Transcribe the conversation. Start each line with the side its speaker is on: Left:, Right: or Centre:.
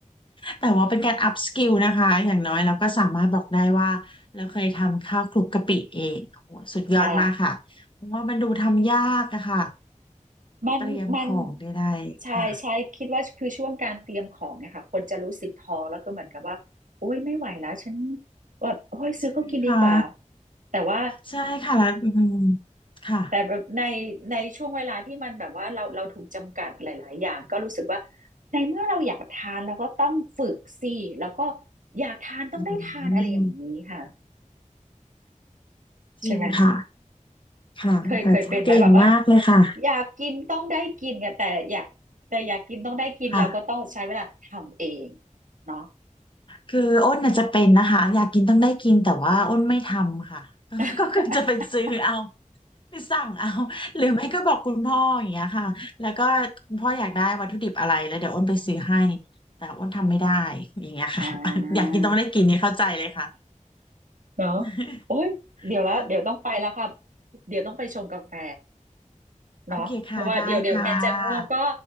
Left: แต่ว่าเป็นการอัพสกิลนะคะอย่างน้อยเราก็สามารถบอกได้ว่าเราเคยทำข้าวคลุกกะปิเองโอ้โหสุดยอดมากค่ะเพราะว่ามันดูทำยากอะค่ะ
Right: ใช่มันมัน
Left: เตรียมของได้ๆค่ะ
Right: ใช่ใช่คิดว่าคือช่วงการเตรียมของเนี่ยค่ะคนจะรู้สึกท้อแล้วก็เหมือนกับว่าโอ้ยไม่ไหวแล้วฉันแบบโอ้ยซื้อเขากินดีกว่า
Left: ใช่ค่ะ
Right: แต่ว่า
Left: ใช่ค่ะแล้วอืมค่ะ
Right: แต่แบบในในช่วงเวลาที่มันแบบว่าเราเราถูกจำกัดหลายๆอย่างก็รู้สึกว่า ในเมื่อเราอยากทานเราก็ต้องฝึกสิแล้วก็อยากทานต้องได้ทานอะไรอย่างนี้ค่ะ
Left: อืมจริงค่ะ
Right: ใช่ไหม
Left: ค่ะแต่เก่งมากเลยค่ะ
Right: เคยเคยเป็นไหมแบบว่าอยากกินต้องได้กินเนี่ยแต่อยากแต่อยากกินต้องได้กินเราก็ต้องใช้เวลาทำเอง
Left: ค่ะ
Right: เนาะ
Left: คืออ้นน่ะจะเป็นนะคะอยากกินต้องได้กินแต่ว่าอ้นไม่ทำค่ะก็ก็คือจะเป็นซื้อเอา
Right: <laughs>
Left: ไปสั่งเอา <laughs> หรือไม่ก็บอกคุณพ่ออย่างเงี้ยค่ะแล้วก็คุณพ่ออยากได้วัตถุดิบอะไรแล้วเดี๋ยวอ้นไปซื้อให้แต่อ้นทำไม่ได้อย่างเงี้ยค่ะ
Right: อ่
Left: <laughs> อยากกินต้องได้กินเนี่ยเข้าใจเลยค่ะ
Right: าเนาะ
Left: <laughs>
Right: โอ้ยเดี๋ยวแล้วเดี๋ยวต้องไปแล้วค่ะ
Left: ค่ะ
Right: เดี๋ยวต้องไปชงกาแฟเนาะเพราะว่าเดี๋ยวเดี๋ยวงั้นจะง่วงก็
Left: โอเคค่ะได้ค่ะ